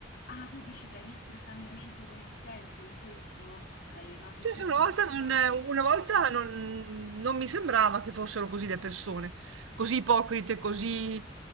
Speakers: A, on the left; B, on the right.
A: Ah, tu dici che hai visto il cambiamento con il tempo in questo? Eh, noti
B: Sì,
A: più
B: sì, una
A: criticità?
B: volta non una volta non non mi sembrava che fossero così le persone, così ipocrite, così,